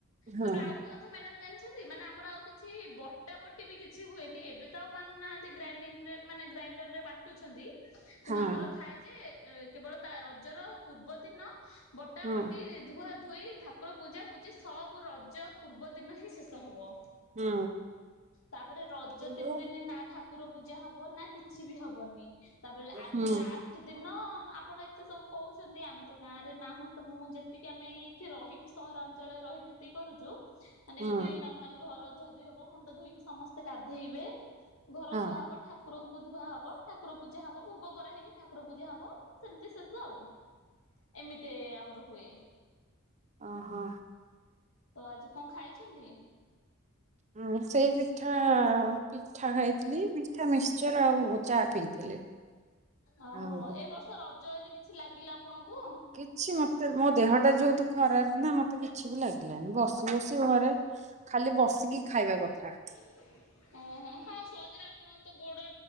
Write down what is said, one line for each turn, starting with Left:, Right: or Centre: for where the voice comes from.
Right: ହଁ
Left: ତାପରେ ଆଉ ଗୋଟେ କଥା ଥା ମ୍ୟାଡମ୍ ଜାଣିଛନ୍ତି ମାନେ ଆମ୍ ଆମର ଆଉ କିଛି ବଟା ବଟି ବି କିଛି ହୁଏନି। ଏବେ ତ ଆଉ ମାନୁନାହାନ୍ତି ଗ୍ରାଇଣ୍ଡିଙ୍ଗ ରେ ମାନେ ଗ୍ରାଇଣ୍ଡର ରେ ବା ଟୁ ଛନ୍ତି। କିନ୍ତୁ
Right: ହଁ।
Left: ଆମର ଥାଏ ଯେ କେବଳ ତା ରଜର ପୂର୍ବ ଦିନ ବଟା
Right: ହୁଁ
Left: ବଟି ଧୁଆ ଧୋଇ ଠାକୁର ପୂଜା ପୂଜି ସବୁ ରଜ ପୂର୍ବ ଦିନ ହିଁ ଶେଷ ହବ।
Right: ହୁଁ।
Left: ତାପରେ ରଜ
Right: ହୁଁ
Left: ତିନି ଦିନି ନା ଠାକୁର ପୂଜା ହବ ନା କିଛି ବି ହବନି। ତାପରେ ଆଜି
Right: ହୁଁ।
Left: ଲାଷ୍ଟ୍ ଦିନ ଆପଣ ଏତେ ସବୁ କହୁଛନ୍ତି, ଆମେ ତ ଗାଁ ରେ ନାହୁଁ ତ ମୁଁ ଯେତ୍ ତିିକେ ଆମେ ଏଇଠି ରହିକି କି ସହରାଞ୍ଚଳରେ ରହିକି ଯେତିକି କରୁଛୁ। ମାନେ ଏମତି
Right: ହୁଁ
Left: ନର୍ମାଲ ଘର ଧଆ ଧୁଇ ହବ ମୁଣ୍ଡ ଧୋଇକି ସମ୍ ସମସ୍ତେ ଗାଧେଇବେ ଘର
Right: ହଁ
Left: ଧୁଆ ହବ ଠାକୁରଙ୍କୁ ଧୁଆ ହବ ଠାକ୍ କୁର ପୂଜା ହବ ଭୋଗ କରା ହେଇକି ଠାକୁର ପୂଜା ହବ ସେମିତି ଶେଷ ଆଉ। ଏମିତି ଆମର ହୁଏ।
Right: ଅ ହଁ।
Left: ତ ଆଜି କଣ ଖାଇଛନ୍ତି?
Right: ହଁ ସେଇ ପିଠା ପିଠା ଖାଇଥିଲି, ମିଠା ମିକ୍ସଚର ଆଉ ଚା ପିଇଥିଲି।
Left: ଅ
Right: ଆଉ
Left: ହଁ ଏ ବର୍ଷ ରଜ ଏଲି କିଛି ଲାଗିଲା ଆପଣଙ୍କୁ?
Right: କିଛି ମତେ ମୋ ଦେହ ଟା ଯେହେତୁ ଖରାପ ନା ମତେ କିଛି ବି ଲାଗିଲାନି ବସି ବସି ଘରେ ଖାଲି ବସିକି ଖାଇବା କଥା।
Left: ହଁ। ହଁ ହଁ ସହଜ ରେ ଆପ୍ ଆପଣଙ୍କ ତ ଗୋଡ଼